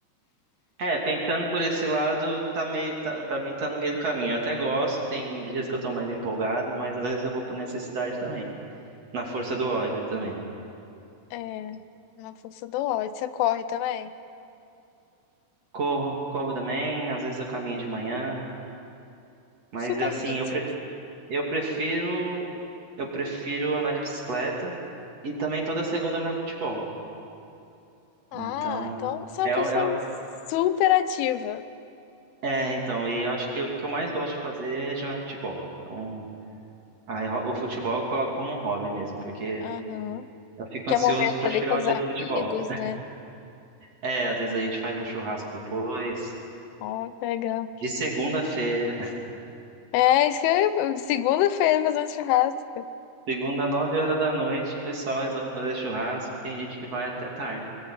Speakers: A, on the right (about 40°); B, on the left (about 85°).
A: é, pensando por esse lado, tá meio, tá, pra mim tá no meio do caminho. Eu até gosto, tem dias que eu tô mais empolgado, mas às vezes eu vou por necessidade também. Na força do ódio também.
B: É, na força do ódio. Você corre também?
A: Corro, corro também, às vezes eu caminho de manhã, mas
B: Super
A: é assim,
B: fit.
A: eu prefiro, eu prefiro, eu prefiro andar de bicicleta e também toda segunda eu jogo futebol.
B: Ah,
A: Então,
B: então você é
A: é
B: uma pessoa
A: o- é,
B: super ativa.
A: É, então, e eu acho que o que eu mais gosto de fazer é jogar futebol. Então, aí, ro- o futebol eu coloco como um hobby mesmo, porque
B: Aham.
A: eu fico
B: Que
A: ansioso
B: é o momento
A: pra
B: ali
A: chegar
B: com
A: o
B: os
A: dia
B: amigos,
A: do futebol.
B: né?
A: É, às vezes a gente faz um churrasco depois.
B: Ó, que legal.
A: De segunda-feira,
B: É, isso que eu... Segunda-feira fazendo um churrasco.
A: <laughs> segunda, nove horas da noite, o pessoal resolve fazer churrasco e tem gente que vai até tarde.